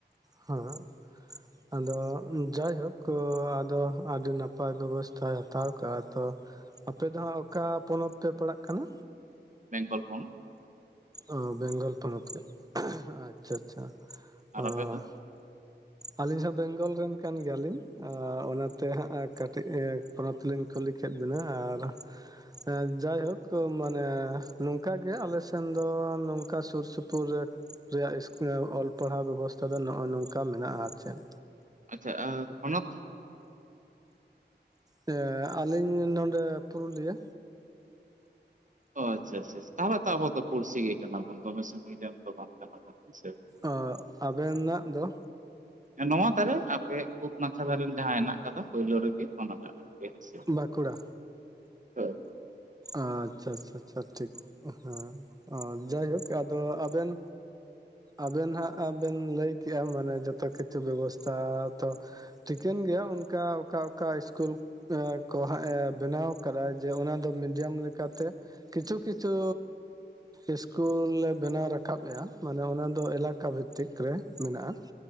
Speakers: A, on the right; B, on the right.
A: ᱦᱮᱸ ᱟᱫᱚ ᱡᱟᱭ ᱦᱳᱠ ᱳᱻ ᱟᱫᱚ ᱟᱹᱰᱤ ᱱᱟᱯᱟᱭ ᱵᱮᱵᱚᱥᱛᱷᱟᱭ ᱦᱟᱛᱟᱣ ᱟᱠᱟᱜ-ᱟ ᱛᱚ ᱟᱯᱮ ᱫᱚ ᱦᱟᱸᱜ ᱚᱠᱟ ᱯᱚᱱᱚᱛ ᱯᱮ ᱯᱟᱲᱟᱜ ᱠᱟᱱᱟ
B: ᱵᱮᱝᱜᱚᱞᱯᱚᱱ,
A: ᱚ ᱵᱮᱝᱜᱚᱞ ᱯᱚᱱᱚᱛ ᱠᱷᱚᱡᱟᱜ ᱟᱪᱪᱷᱟ ᱟᱪᱪᱷᱟ
B: ᱟᱨ
A: ᱚᱸ,
B: ᱟᱯᱮ ᱫᱚ
A: ᱟᱹᱞᱤᱧ ᱦᱚᱸ ᱵᱮᱝᱜᱚᱞ ᱨᱮᱱ ᱠᱟᱱ ᱜᱮᱭᱟᱞᱤᱧ ᱟᱻ ᱚᱱᱟᱛᱮ ᱦᱟᱸᱜ ᱮᱸ ᱯᱚᱱᱚᱛ ᱞᱤᱧ ᱠᱩᱞᱤ ᱠᱮᱫ ᱵᱤᱱᱟ ᱟᱨ ᱮᱸ ᱡᱟᱭᱦᱳᱠ ᱢᱟᱱᱮ ᱱᱚᱝᱠᱟ ᱜᱮ ᱟᱞᱮ ᱥᱮᱱᱼᱼ ᱫᱚ ᱱᱚᱝᱠᱟ ᱥᱩᱨ ᱥᱩᱯᱩᱨ ᱨᱮᱼᱼ ᱨᱮᱭᱟᱜ ᱤᱥᱩᱞ ᱚᱞ ᱯᱟᱲᱦᱟᱣ ᱵᱮᱵᱚᱥᱛᱟ ᱫᱚ ᱱᱚᱜ-ᱚᱭ ᱱᱚᱝᱠᱟ ᱢᱮᱱᱟᱜ-ᱟ ᱟᱨ ᱪᱮᱫᱼᱼ
B: ᱟᱪᱪᱷᱟ ᱟᱨ ᱦᱚᱸ ᱱᱚᱛᱼᱼ
A: ᱦᱮᱸ ᱟᱞᱤᱧ ᱱᱚᱸᱰᱮ ᱯᱩᱨᱩᱞᱤᱭᱟᱹ᱾
B: ᱚᱻ ᱟᱪᱪᱷᱟ ᱟᱪᱪᱷᱟ ᱪᱷᱟ ᱛᱟᱦᱚᱞᱮ ᱛᱚ ᱟᱵᱚ ᱫᱚ ᱯᱩᱲᱥᱤ ᱜᱮ ᱠᱟᱱᱟ ᱵᱚᱱ ᱛᱚ ᱫᱚᱢᱮ ᱥᱟᱹᱜᱤᱧ ᱨᱮᱱ ᱫᱚ ᱵᱟᱝ ᱠᱟᱱᱟ ᱵᱚᱱ ᱦᱮᱸᱥᱮ᱾
A: ᱚ ᱟᱵᱮᱱᱟᱜ ᱫᱚ?
B: ᱦᱮᱸ ᱱᱚᱣᱟ ᱫᱷᱟᱨᱮ ᱟᱯᱮ ᱯᱩᱯ ᱱᱟᱠᱷᱟ ᱫᱷᱟᱨᱮᱱ ᱡᱟᱦᱟᱸ ᱦᱮᱱᱟᱜ ᱟᱠᱟᱫᱟ ᱯᱳᱭᱞᱳ ᱨᱮᱜᱮ ᱚᱱᱟ ᱴᱟᱜ ᱨᱮ᱾ <unintelligible>
A: ᱵᱟᱸᱠᱩᱲᱟ
B: ᱦᱳᱭ᱾
A: ᱟᱪᱪᱷᱟ ᱟᱪᱪᱷᱟ ᱟᱪᱪᱷᱟ ᱴᱷᱤᱠ ᱦᱮᱸ ᱟᱸᱻ ᱡᱟᱭᱦᱳᱠ ᱟᱫᱚ ᱟᱵᱮᱱᱼᱼ ᱟᱵᱮᱱ ᱦᱟᱸᱜ ᱵᱮᱱ ᱞᱟᱹᱭ ᱠᱮᱜ-ᱟ ᱢᱟᱱᱮ ᱡᱚᱛᱚ ᱠᱤᱪᱷᱩ ᱵᱮᱵᱚᱥᱛᱟ ᱛᱚᱼᱼ ᱴᱷᱤᱠᱟᱹᱱ ᱜᱮᱭᱟ ᱚᱱᱠᱟ ᱚᱠᱟ ᱚᱠᱟ ᱤᱥᱠᱩᱞ ᱠᱚ ᱦᱟᱸᱜ ᱵᱮᱱᱟᱣ ᱟᱠᱟᱫᱟ ᱡᱮ ᱚᱱᱟ ᱫᱚ ᱢᱤᱫ ᱭᱟᱢ ᱞᱮᱠᱟᱛᱮ ᱠᱤᱪᱷᱩ ᱠᱤᱪᱷᱩ, ᱤᱥᱠᱩᱞ ᱞᱮ ᱵᱮᱱᱟᱣ ᱨᱟᱠᱟᱵ ᱞᱮᱜ-ᱟ ᱢᱟᱱᱮ ᱚᱱᱟ ᱫᱚ ᱮᱞᱟᱠᱟ ᱵᱷᱤᱛᱛᱤᱠ ᱨᱮ ᱢᱮᱱᱟᱜ-ᱟ᱾